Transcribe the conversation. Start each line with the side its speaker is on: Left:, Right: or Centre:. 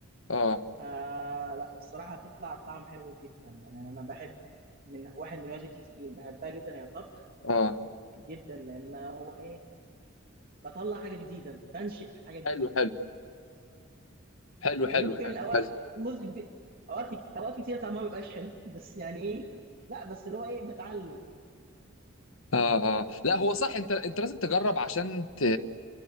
Left: اه
Right: فلا بصراحة بتطلع طعم حلو جدا يعني أنا بحب من واحد من الوجبات الكتير بحبها جدا هي الطبخ
Left: اه
Right: جدا لأن هو إيه بطلع حاجة جديدة بنشئ حاجة جديدة
Left: حلو حلو
Right: كده
Left: حلو
Right: يمكن
Left: حلو حلو
Right: أوقات
Left: حلو
Right: جزء كبير أوقات كت- أوقات كتير طعمها ما بيبقاش حلو <laughs> بس يعني إيه لا بس اللي هو إيه بتعلم
Left: اه اه لا هو صح انت انت لازم تجرب عشان ت...